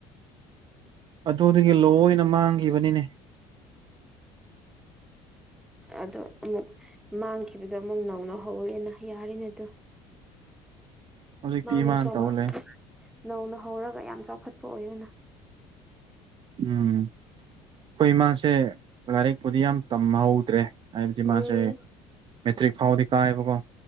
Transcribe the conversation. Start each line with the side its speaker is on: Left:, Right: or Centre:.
Right: ꯑꯗꯨꯗꯒꯤ ꯂꯣꯏꯅ ꯃꯥꯡꯈꯤꯕꯅꯤꯅꯦ
Centre: ꯑꯗꯣ ꯑꯃꯨꯛ ꯃꯥꯡꯈꯤ ꯈꯤꯕꯗꯣ ꯑꯃꯨꯛ ꯅꯧꯅ ꯍꯧꯔꯦꯅ ꯌꯥꯔꯤꯅꯦ ꯑꯗ
Right: ꯍꯧꯖꯤꯛꯇꯤ
Centre: ꯃꯥꯡꯉ
Right: ꯏꯃꯥꯅ
Centre: ꯁꯄ
Right: ꯇꯧ
Centre: ꯑꯃꯨꯛ
Right: ꯂꯩ
Centre: ꯅꯧꯅ ꯍꯧꯔꯒ ꯌꯥꯝ ꯆꯥꯎꯈꯠꯄ ꯑꯣꯏꯌꯨꯅ
Right: ꯎꯝ ꯑꯩꯈꯣꯏ ꯏ ꯃꯥꯥꯁꯦ ꯂꯥꯏꯔꯤꯛꯄꯨꯗꯤ ꯌꯥꯝ ꯇꯝꯍꯧꯗ꯭ꯔꯦ ꯍꯥꯏꯕꯗꯤ
Centre: ꯎꯝ
Right: ꯃꯥꯁꯦ ꯃꯦꯇ꯭ꯔꯤꯛ ꯐꯥꯎꯗꯤ ꯀꯥꯏꯕꯀꯣ